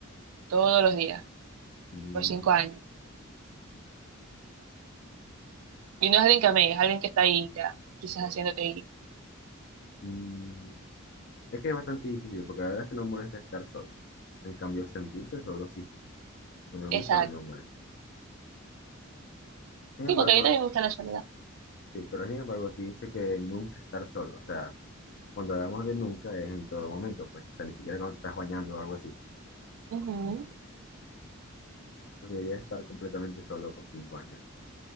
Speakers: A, on the right; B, on the left.
A: todos los días,
B: Mm,
A: por cinco años. Y no es alguien que amé, es alguien que está ahí ya, quizás haciéndote ir.
B: mm, Es que es bastante difícil, porque la verdad es que no me molesta estar solo. En cambio, sentirse solo sí, no me gusta
A: Exacto.
B: o no me molesta. Sin embargo,
A: Sí, porque a mí también me gusta la soledad.
B: sí, pero sin embargo aquí dice que nunca estar solo, o sea, Cuando hablamos de nunca es en todo momento, pues, o sea, ni siquiera cuando te estás bañando o algo así.
A: Ujú.
B: Preferiría estar completamente solo por cinco años.